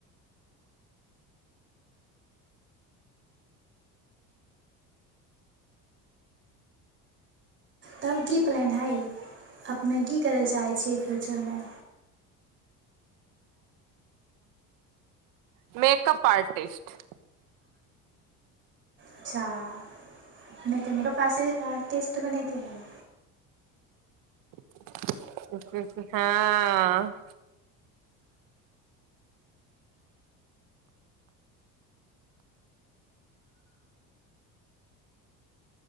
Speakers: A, on the right; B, on the right.
A: तब की प्लान हइ अपने की करै लए चाहै छियै फ्यूचरमे?
B: Makeup artist.
A: अच्छा अपनेके मेकअप आसि आटिस्ट बने के हय?
B: <unintelligible> हँ